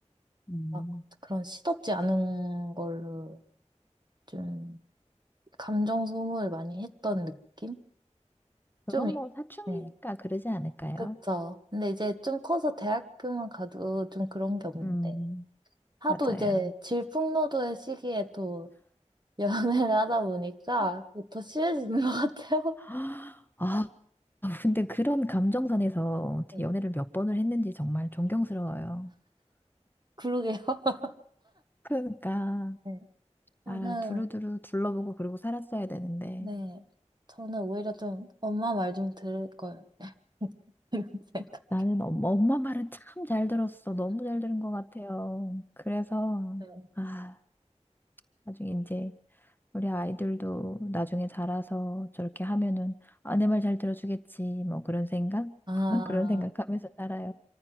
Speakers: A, on the left; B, on the right.
A: 음.
B: 막 그런 시덥지 않은 걸로 좀 감정 소모를 많이 했던 느낌? 좀,
A: 그건
B: 이-
A: 뭐 사춘기니까
B: 네.
A: 그러지 않을까요?
B: 그쵸. 근데 이제 좀 커서 대학교만 가도 좀 그런 게 없는데.
A: 음,
B: 하도
A: 맞아요.
B: 이제 질풍노도의 시기에 또 <laughs> 연애를 하다 보니까 그게 더 심해지는 것 같아요.
A: <gasps> 아, 근데 그런 감정선에서
B: 음,
A: 연애를 몇 번을 했는지 정말 존경스러워요.
B: 그러게요. <laughs>
A: 그러니까
B: 네. 저는,
A: 아 두루두루 둘러보고 그러고 살았어야 되는데
B: 네. 저는 오히려 좀 엄마 말 좀 들을 걸. <laughs> 이런 생각.
A: 나는 엄마, 엄마 말은 참 잘 들었어. 너무 잘 들은 것 같아요. 그래서
B: 네.
A: 아 나중에 이제 우리 아이들도 나중에 자라서 저렇게 하면은 아내 말 잘 들어주겠지 뭐 그런 생각
B: 아,
A: <laughs> 그런 생각하면서 살아요.